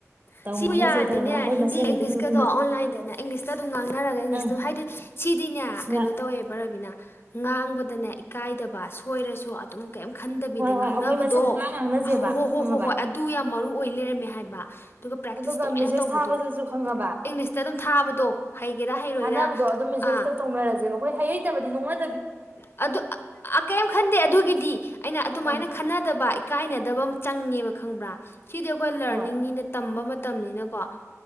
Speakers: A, on the right; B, on the left.
A: ꯇꯝꯃꯒ
B: ꯁꯤꯕꯨ ꯌꯥꯔꯗꯤꯅꯦ
A: ꯆꯦꯇꯃꯥ ꯑꯩꯈꯣꯏ
B: ꯍꯤꯟꯗꯤ
A: ꯃꯁꯦꯟ
B: ꯏꯪꯂꯤꯁꯀꯗꯣ
A: ꯑꯗꯨꯝ ꯏꯪꯂꯤꯁ
B: ꯑꯣꯟꯂꯥꯏꯟꯗꯅꯦ ꯏꯪꯂꯤꯁꯇ ꯑꯗꯨꯝ ꯉꯥꯡꯅꯔꯒ ꯏꯪꯂꯤꯁ
A: ꯑꯪ
B: ꯑꯗꯨꯝ ꯍꯥꯏꯗꯤ ꯁꯤꯗꯤꯅꯦ
A: ꯉ
B: ꯀꯩꯅꯣ ꯇꯧꯋꯦꯕ ꯔꯕꯤꯅꯥ ꯉꯥꯡꯕꯗꯅꯦ ꯀꯥꯏꯗꯕ ꯁꯣꯏꯔꯁꯨ ꯑꯗꯨꯝ ꯀꯩꯝ ꯈꯟꯗꯕꯤꯗ
A: ꯍꯣꯏ
B: ꯉꯥꯡꯅꯕꯗꯣ
A: ꯍꯣꯏ ꯑꯩꯈꯣꯏ ꯃꯁꯦꯟ ꯄꯨꯡꯉꯥꯡ ꯉꯥꯡꯅꯁꯦꯕ
B: ꯍꯣ ꯍꯣ ꯍꯣ
A: ꯈꯪꯉꯕ
B: ꯍꯣꯏ ꯍꯣꯏ ꯑꯗꯨ ꯌꯥꯝ ꯃꯔꯨ ꯑꯣ ꯑꯣꯏ ꯂꯩꯔꯝꯃꯦ ꯍꯥꯏꯕ ꯄ꯭ꯔꯦꯛꯇꯤꯁ
A: ꯑꯗꯨꯒ
B: ꯇꯣꯏꯅ
A: ꯃꯦꯁꯦꯖ
B: ꯇꯧꯕꯗꯣ
A: ꯊꯥꯕꯗꯁꯨ ꯈꯪꯉꯕ
B: ꯏꯪꯂꯤꯁꯇ ꯑꯗꯨꯝ ꯊꯥꯕꯗꯣ ꯍꯩꯒꯦꯔꯥ ꯍꯩꯔꯣꯏꯔꯥ
A: ꯊꯥꯅꯕꯗꯣ ꯑꯗꯨꯝ ꯃꯦꯁꯦꯁꯇ
B: ꯑꯥ
A: ꯇꯧꯅꯔꯁꯦꯕ ꯑꯩꯈꯣꯏ ꯍꯩ ꯍꯩꯇꯕꯗꯤ ꯅꯣꯛꯅ
B: ꯑꯗꯨ ꯑ ꯑ ꯀꯩꯝ ꯈꯟꯗꯦ ꯑꯗꯨꯒꯤꯗꯤ ꯑꯩꯅ ꯑꯗꯨꯃꯥꯏꯅ
A: ꯑꯥ
B: ꯈꯟꯅꯗꯕ ꯏꯀꯥꯏꯅꯗ ꯗꯕꯝ ꯆꯪꯉꯦꯕ ꯈꯪꯕ꯭ꯔꯥ ꯁꯤꯗꯤ ꯑꯩꯈꯣꯏ ꯂꯔꯅꯤꯡꯅꯤꯅ
A: ꯍꯣꯏ
B: ꯇꯝꯕ ꯃꯇꯝꯅꯤꯅ ꯀꯣ